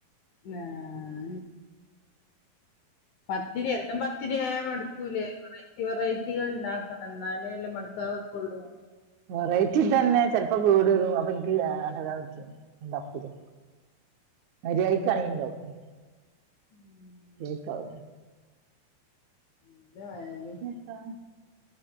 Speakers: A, on the left (about 80°); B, on the right (about 75°).
A: നാഹ് പത്തിരി എന്നും പത്തിരി ആയാ മടുക്കൂലേ? വെറൈറ്റികൾ ഉണ്ടാക്കണം എന്നാലേല്ല മടുക്കാവക്കള്ളൂ
B: വെറൈറ്റി തന്നെ ചെിലപ്പോ വീടവും അപ്പൊ എനിക്ക്താ പറ്റ എന്താകുലേ മാര്യയികാണാക്കി ഇണ്ടാകും.
A: ഉം.
B: കേൾക്കാവോ?
A: എന്തായാലും
B: ആഹ്